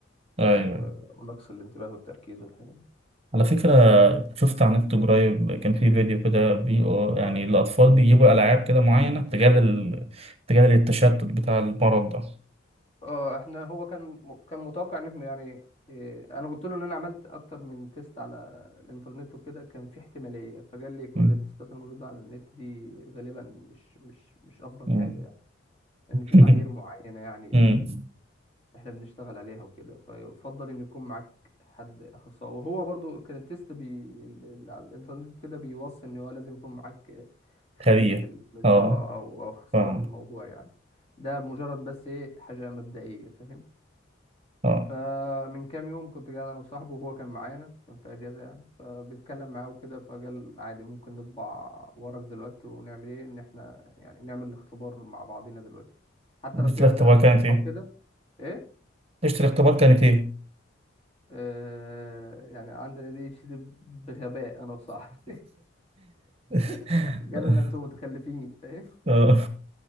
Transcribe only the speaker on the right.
ايوه
ايوه.
على فكرة شفت على النت قريب كان في فيديو كده بي
يعني الأطفال بيجيبوا ألعاب كده معينة تجادل ال... تجادل التشتت بتاع المرض ده
مم.
مم.
<laughs>
مم.
خبير
اه
فاهم
اه
ليلة
الاختبار
كانت
ايه؟
ليلة الاختبار كانت ايه؟
<laughs>
آه.